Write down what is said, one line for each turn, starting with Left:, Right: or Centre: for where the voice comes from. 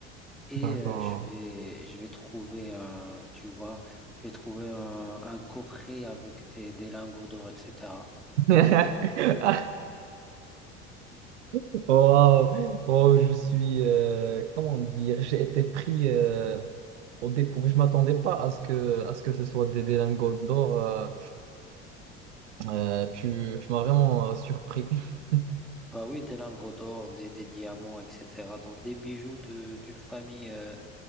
Centre: Et
Right: d'accord.
Centre: euh, je vais, je vais trouver, euh, tu vois, je vais trouver un, un coffret avec des, des lingots d'or, etc.
Right: <laughs> Wow, oh, je suis, euh, comment dire, j'ai été pris. euh, Au dépôt, je m'attendais pas à ce que, à ce que ce soit des des lingots d'or. euh, euh, tu tu m'as vraiment euh, surpris. <laughs>
Centre: Bah oui, des lingots d'or, des, des diamants, etc. Donc des bijoux de, d'une famille, euh,